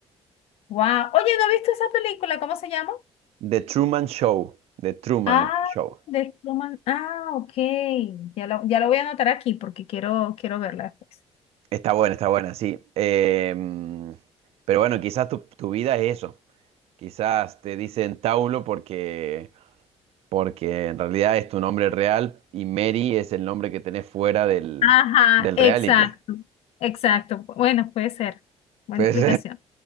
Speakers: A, on the left (about 60°); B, on the right (about 65°).
A: wow. Oye, ¿no he visto esa película? ¿Cómo se llama?
B: The Truman Show, The Truman
A: Ah,
B: Show.
A: de Truman. Ah, ok. Ya lo, ya lo voy a anotar aquí porque quiero, quiero verla después.
B: Está buena, está buena, sí. Em, pero bueno, quizás tu, tu vida es eso. Quizás te dicen Taulo porque, porque en realidad es tu nombre real y Mary es el nombre que tenés fuera del,
A: Ajá,
B: del
A: exacto,
B: reality.
A: exacto. Bueno, puede ser. Buena
B: Pues
A: explicación.